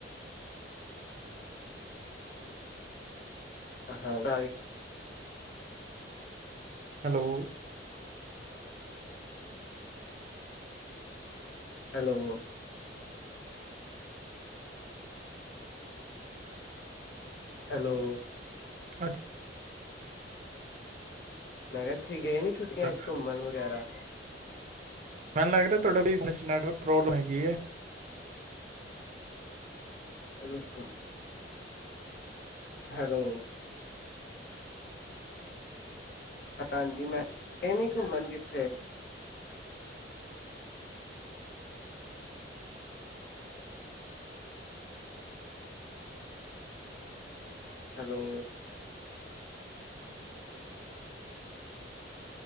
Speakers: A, on the left (about 60°); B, on the right (about 45°).
A: ਹਾਂ <inaudible>
B: ਹੈਲੋ।
A: ਹੈਲੋ। ਹੈਲੋ।
B: ਅ
A: ਮੈਂ ਕਿਹਾ ਤੁਸੀਂ ਗਏ ਨੀ ਛੁੱਟੀਆਂ
B: ਅੱਛਾ
A: ਚ ਘੁੰਮਣ ਵਗੈਰਾ।
B: ਮੈਨੂੰ ਲੱਗਦਾ ਤੁਹਾਡਾ ਵੀ ਵਿਚ ਨੈਟਵਰਕ ਪ੍ਰੋਬਲਮ ਹੈਗੀ ਏ।
A: ਰੁੱਕ ਹੈਲੋ। ਹਾਂਜੀ ਮੈਂ ਗਏੇ ਨੀ ਘੁੰਮਣ ਕਿੱਥੇ। ਹੈਲੋ।